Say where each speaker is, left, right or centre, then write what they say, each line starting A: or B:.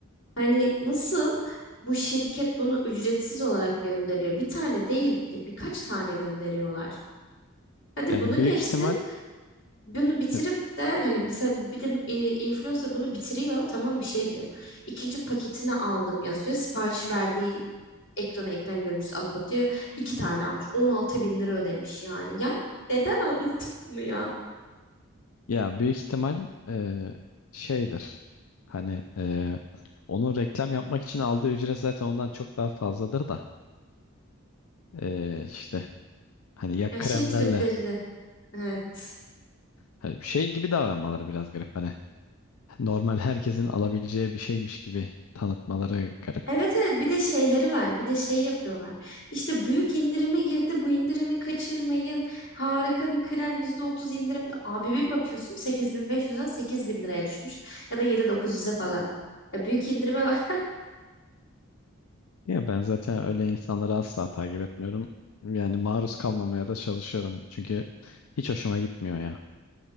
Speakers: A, on the left; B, on the left.
A: Hani nasıl bu şirket bunu ücretsiz olarak gönderiyor? Bir tane değil de birkaç tane gönderiyorlar. Hadi
B: Yani
A: bunu
B: büyük
A: geçtim.
B: ihtimal
A: Bunu bitirip
B: e,
A: de hani bir, se- bir de e, influencer bunu bitiriyor tamam mı şey diyor. İkinci paketini aldım yazıyor. Sipariş verdiği ekrana ekran görüntüsü alıp atıyor. İki tane almış. 16 bin lira ödemiş yani. Yani neden anladın mı ya?
B: ya büyük ihtimal e, şeydir. Hani e, onun reklam yapmak için aldığı ücret zaten ondan çok daha fazladır da e, işte hani ya
A: Ya
B: kremlerle
A: şey triplerini. Evet.
B: hani şey gibi davranmaları biraz garip hani normal herkesin alabileceği bir şeymiş gibi tanıtmaları garip.
A: Evet evet bir de şeyleri var bir de şey yapıyorlar işte büyük indirime girdi bu indirimi kaçırmayın harika bir krem %30 indirim abi bir bakıyorsun sekiz bin beş yüzden 8000 liraya düşmüş ya da 7900'e falan ya büyük indirime bak
B: Ya ben zaten öyle insanları asla takip etmiyorum. Yani maruz kalmamaya da çalışıyorum. Çünkü hiç hoşuma gitmiyor ya.